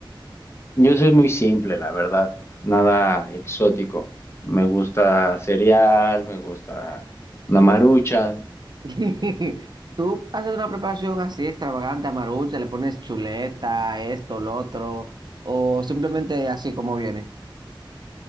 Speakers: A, on the left; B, on the right.
A: Yo soy muy simple, la verdad. Nada exótico. Me gusta cereal, me gusta una maruchan.
B: <laughs> ¿Tú haces una preparación así extravagante, amarucha, le pones chuleta, esto, lo otro, o simplemente así como viene?